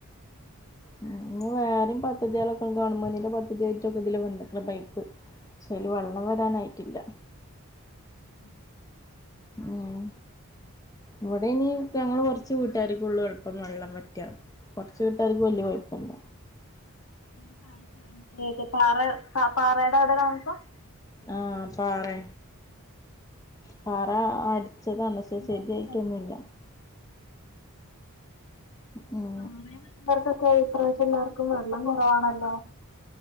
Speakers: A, on the left; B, on the left.
A: ഉം ഇന്ന് വേറിം പദ്ധതികളൊക്കെ ഗവൺമെന്റിന്റെ പദ്ധതിയായിട്ടൊക്കെ ഇതിലെ വന്നക്കണ് പൈപ്പ് പക്ഷേ അയിൽ വെള്ളം വരാനായിട്ടില്ല
B: ഉം
A: ഉം ഇവിടെ ഇനി പ്പൊ ഞങ്ങള് കുറച്ചു വീട്ടുകാർക്കൊള്ളൂ എളുപ്പം വെള്ളം വറ്റാ കുറച്ച് വീട്ടുകർക്ക് വല്യ കൊയപ്പല്ല
B: <unintelligible> തെ പാറ പ പാറയുടെ അവിടെ താമസം
A: ആഹ് പാറെ പാറ അടിച്ചതാണ് പക്ഷെ
B: എല്ലാവർക്കും
A: ശരിയായിട്ടൊന്നുല്ല
B: വെള്ളം
A: ഉം
B: പാറയിൽ ഉള്ളവർക്കൊക്കെ ഇപ്രവശ്യം എല്ലാർക്കും വെള്ളം കുറവാണല്ലോ